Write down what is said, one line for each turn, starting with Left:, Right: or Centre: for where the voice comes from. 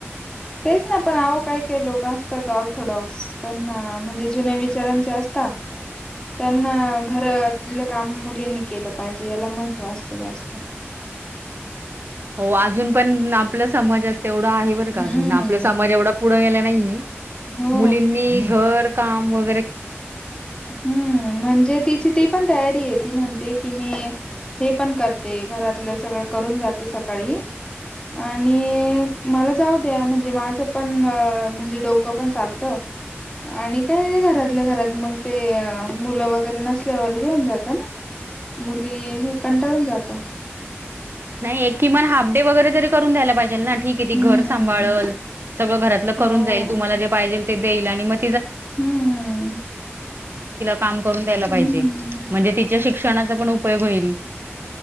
Left: तेच ना पण आवो काही काही लोक असतात ऑर्थोडॉक्स त्यांना म्हणजे जुन्या विचारांचे असत त्यांना घरातलं काम मुलींनी केलं पाहिजे याला महत्त्व असतं जास्त <inaudible>
Right: हो अजून पण आपल्या समाजात तेवढं आहे बर
Left: हम्म
Right: का अजून आपला समाज एवढा पुढे गेला घ
Left: हो
Right: का व
Left: हम्म म्हणजे तिची ती पण तयारी आहे ती म्हणते की मी हे पण करते घरातलं सगळं करून जाते सकाळी आणि मला जाऊ द्या म्हणजे माझं पण म्हणजे डोकं पण चालतं आणि काय र घरातल्या घरात मग ते मुलं वगैरे नसल्यावर हे होऊन जातं ना मुली हे कंटाळून जात
Right: नाही एक किमान हाफ डे वगैरे तरी करून द्यायला पाहिजे ना ठी
Left: हम्म
Right: घर सांभाळल सगळं घरात
Left: हो.
Right: करून जाईल तुम्हाला जे पाहिजे ते देईल ह व
Left: हम्म.
Right: तमून दय
Left: हम्म.
Right: म्हण श्षणाचा पण उपयोग होईल